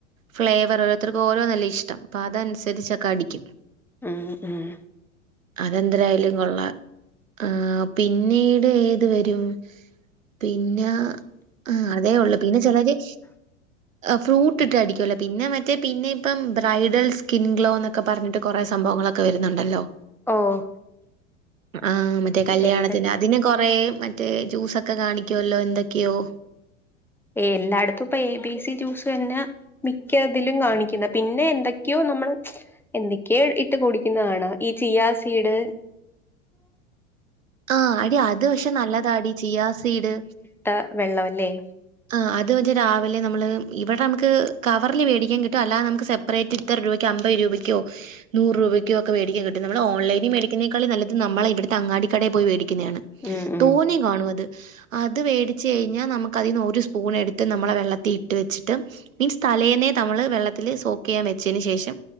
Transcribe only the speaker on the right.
ഫ്ലേവറ് ഓരോത്തർക്ക് ഓരോന്നല്ലെ ഇഷ്ടം. അപ്പതൻസര്ച്ചൊക്കെ അടിക്കും.
അതെന്തരായാലും കൊള്ളാം. ആഹ് പിന്നീട് ഏത് വരൂം? പിന്നാ, ആഹ് അതേ ഒള്ളു പിന്നെ ചെലര്
അ ഫ്രൂട്ട്ട്ട് അടിക്കുവല്ലൊ. പിന്നെ മറ്റേ പിന്നെ ഇപ്പം ബ്രൈഡൽ സ്കിൻ ഗ്ലോ ന്നൊക്കെ പറഞ്ഞിട്ട് കൊറേ സംഭവങ്ങളൊക്കെ ക്കെ വരുന്നുണ്ടല്ലോ.
ആഹ് മറ്റേ കല്യാണ
ത്തിന്റെ, അതിന് കൊറേ മറ്റേ ജ്യൂസൊക്കെ കാണിക്കുവല്ലോ എന്തൊക്കെയോ
ആഹ് എടി അത് പക്ഷെ നല്ലതാടി ചിയാ സീഡ്
ആഹ് അത് മറ്റേ രാവിലെ നമ്മള്, ഇവടമ്ക്ക് കവറില് വേടിക്കാൻ കിട്ടും, അല്ലാതെ നമുക്ക് സപ്പറേറ്റ് ത്ര രൂപയ്ക്ക് അമ്പത് രൂപയ്ക്കോ നൂറ് രൂപയ്ക്കോക്കെ വേടിക്കാൻ കിട്ടും. നമ്മള് ഓൺലൈനി മേടിക്കുന്നേക്കാൾ നല്ലത് നമ്മളെ ഇവിടത്തെ അങ്ങാടിക്കടയിന്ന് പോയി വേടിക്ക്ന്നയാണ്.
തോനെം കാണു അത്. അത് വേടിച്ച് കഴിഞ്ഞാ നമക്കതീന്ന് ഓ ഒരു സ്പൂണെടുത്ത് നമ്മളാ വെള്ളത്തീ ഇട്ട് വെച്ചിട്ട് മീൻസ്, തലേന്നേ നമ്മള് വെള്ളത്തില് സോക്കെയ്യാൻ വെച്ചേന് ശേഷം